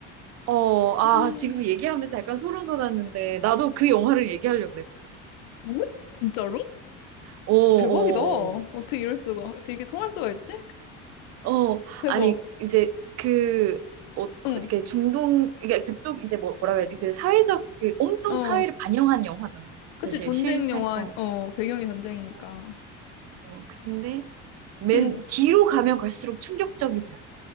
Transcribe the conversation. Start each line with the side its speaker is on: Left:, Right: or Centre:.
Right: 어, 아,
Left: 음,
Right: 지금 얘기하면서 약간 소름 돋았는데, 나도 그 영화를 얘기하려고 그래.
Left: 어? 진짜로?
Right: 어,
Left: 대박이다.
Right: 어,
Left: 어떻게 이럴 수가. 어떻게 이게 통할 수가 있지?
Right: 어, 어,
Left: 대박.
Right: 아니, 이제 그, 어,
Left: 응,
Right: 이렇게 중동, 그러니까 그쪽 이제 뭐, 뭐라 그래야지, 그 사회적, 그 온통
Left: 어.
Right: 사회를 반영한 영화잖아.
Left: 그치,
Right: 사실
Left: 전쟁
Right: 실생,
Left: 영화,
Right: 어,
Left: 어, 배경이 전쟁이니까.
Right: 어, 어, 근데 맨
Left: 응.
Right: 뒤로 가면 갈수록 충격적이지 않아?